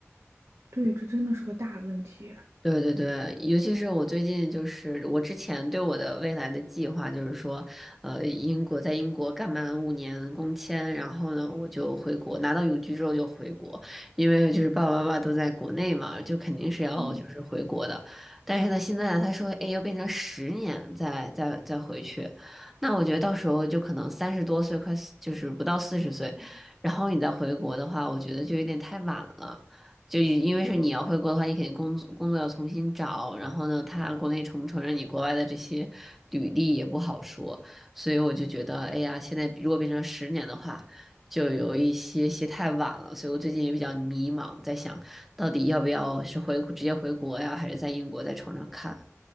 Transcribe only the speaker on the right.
对，这真的是个大问题。
嗯。